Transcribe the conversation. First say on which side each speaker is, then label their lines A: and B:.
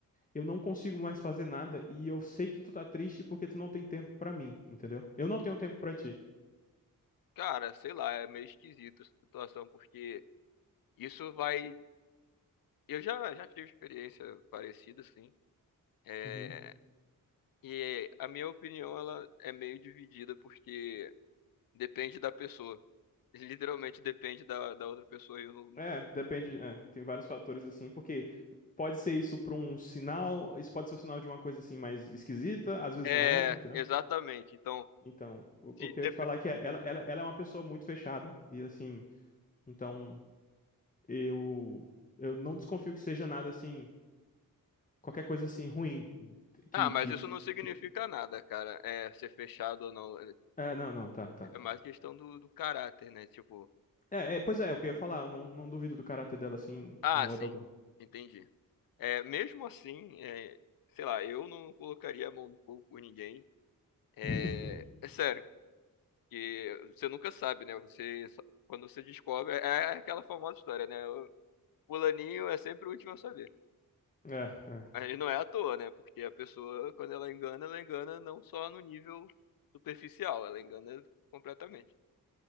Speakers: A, on the left (about 20°); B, on the left (about 70°).
A: eu não consigo mais fazer nada e eu sei que tu tá triste porque tu não tem tempo pra mim, entendeu? Eu não tenho tempo pra ti.
B: Cara, sei lá, é meio esquisita essa situação, porque isso vai. Eu já, já tive experiência parecida, assim. É...
A: Uhum.
B: E a minha opinião, ela é meio dividida, porque depende da pessoa. literalmente depende da, da outra pessoa. e Eu não...
A: É, depende, é, tem vários fatores assim, porque pode ser isso pra um sinal, isso pode ser o sinal de uma coisa assim mais esquisita, às vezes
B: É,
A: não é, entendeu?
B: exatamente. Então,
A: Então, o,
B: se
A: o que
B: dep-
A: eu ia te falar é que é, ela, ela, ela é uma pessoa muito fechada e assim, então eu eu não desconfio que seja nada assim, qualquer coisa assim ruim
B: ah,
A: que
B: mas
A: que,
B: isso não significa
A: que...
B: nada, cara. É, ser fechado ou não.
A: É, não, não, tá, tá.
B: É mais questão do, do caráter, né? Tipo,
A: É, é, pois é, é o que eu ia falar, eu não, não duvido do caráter dela assim,
B: ah,
A: em modo
B: sim,
A: algum.
B: entendi. É, mesmo assim, é, sei lá, eu não colocaria a mão no fogo por ninguém. É,
A: <laughs>
B: é sério, que você nunca sabe, né? Você, só- quando você descobre, é é aquela famosa história, né? O fulaninho é sempre o último a saber.
A: É, é,
B: Aí não é à toa, né? Porque a pessoa, quando ela engana, ela engana não só no nível superficial, ela engana completamente.